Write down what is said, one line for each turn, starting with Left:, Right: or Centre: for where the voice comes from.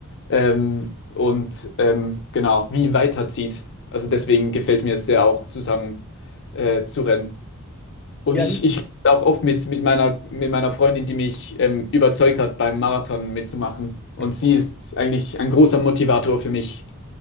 Left: ähm, und ähm, genau, wie weiterzieht. Also deswegen gefällt mir es sehr auch zusammen äh, zu rennen. Und
Centre: Ja.
Left: ich,
Centre: n-
Left: ich rede auch oft mit, mit meiner, mit meiner Freundin, die mich ähm, überzeugt hat, beim Marathon mitzumachen. Und
Centre: Mhm.
Left: sie ist eigentlich ein großer Motivator für mich,